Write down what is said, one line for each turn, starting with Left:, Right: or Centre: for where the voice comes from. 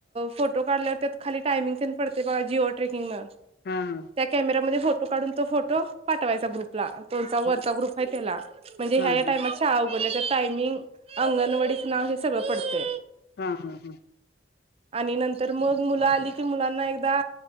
Right: फोटो काढल्यावर त्यात खाली टायमिंग तेन पडते बघा जिओ ट्रेकिंगन
Left: हम्म
Right: त्या कॅमेरामध्ये फोटो काढून तो फोटो पाठवायचा ग्रुपला त्यांचा वरचा
Left: हम्म
Right: ग्रुप आहे त्याला म्हणजे
Left: हा
Right: ह्या
Left: हा
Right: ह्या
Left: हा
Right: टाईमात शाळा पण त्याच्यात टायमिंग अंगणवाडीच नाव हे सगळं पडतय.
Left: हा हा हा
Right: आणि नंतर मग मुलं आली की मुलांना एकदा